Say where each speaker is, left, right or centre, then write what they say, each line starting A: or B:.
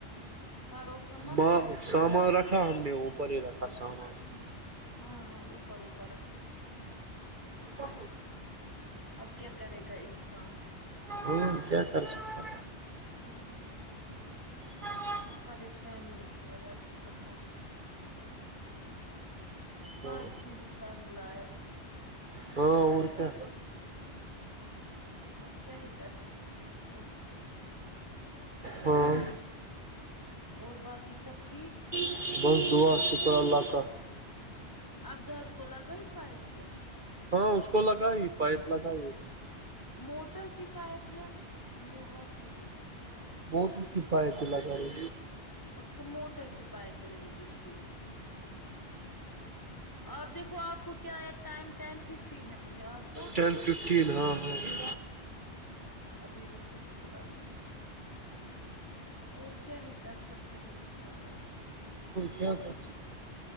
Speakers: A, on the left (about 20°); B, on the right (about 45°).
A: بھروسہ مت
B: ہاں
A: ہے
B: سامان رکھا ہم نے اوپر ہی رکھا سامان
A: ہوں ہاں ہاں اوپر اوپر رکھو
B: ا
A: اب کیا کرے گا انسان
B: ہاں کیا کر سکتا
A: ہوں
B: ہاں ہاں
A: پریشانی اٹھی اللہ کی کسوں بارش
B: ہاں
A: نے بھی تنگ لایا
B: تو اور کیا
A: اب کیا ہی کر سکتے ہیں انسان
B: ہوں
A: اور باقی سب ٹھیک
B: <unintelligible>
A: ابداد کو لگا ہی پائے پھر
B: ہاں اس کو لگائی پائپ لگائی اس کو
A: موٹر کی پائپ یا وہ ہاسپٹل میں
B: موٹر کی پائے چلا جائی
A: اس کو موٹر کی پائپ ہی رہے گی ٹھیک آپ دیکھو آپ کو کیا ٹائم ٹین ففٹین ہے مجھے آپ کا
B: ٹین ففٹین ہاں ہاں
A: ابھی رکو تھوڑا سا اور کیا ہی کر سکتا ہے انسان اب
B: کیا کر